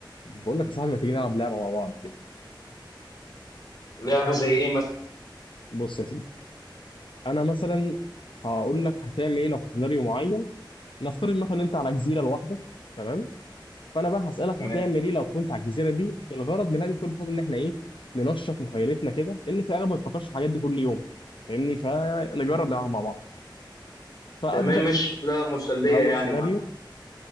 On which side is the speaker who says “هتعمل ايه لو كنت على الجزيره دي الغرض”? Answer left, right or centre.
Left